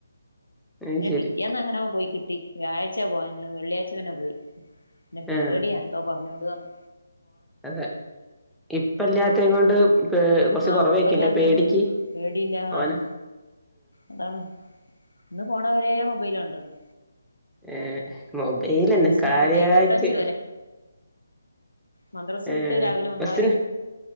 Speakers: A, in the centre; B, on the left.
A: അത്
B: ഏഹ്
A: ശരി
B: പിറ്റേന്ന് എങ്ങനെയോ പോയി കിട്ടി വ്യാഴ്ച്ചേ പോവാഞ്ഞെ വെള്ളിയാഴ്ച്ച പിന്നെ പോയി. പിന്നെ പേടിയാ
A: ആഹ്
B: എന്തോന്ന് പറഞ്ഞോണ്ട് വന്നു
A: അതെ ഇപ്പല്യാതേം കൊണ്ട് പെ എഹ് കുറച്ച്
B: ആഹ്
A: കുറവെയ്ക്കും
B: ഇപ്പല്ലാത്തത്
A: അല്ലെ പേടിക്ക്
B: കൊണ്ട് പേടിയില്ല ആഹ്
A: ഓൻ
B: അതാണ് ഇന്ന് പോണവരെ മൊബൈല് കണ്ടണു.
A: ഏഹ് മൊബൈലന്നെ കാര്യായിട്ട്
B: ഒമ്പത് ഇരുപത്തഞ്ച് മദ്രസ്
A: ഏഹ്
B: വിട്ട് രാവിലെ വന്നാല്
A: ബസ്സിന്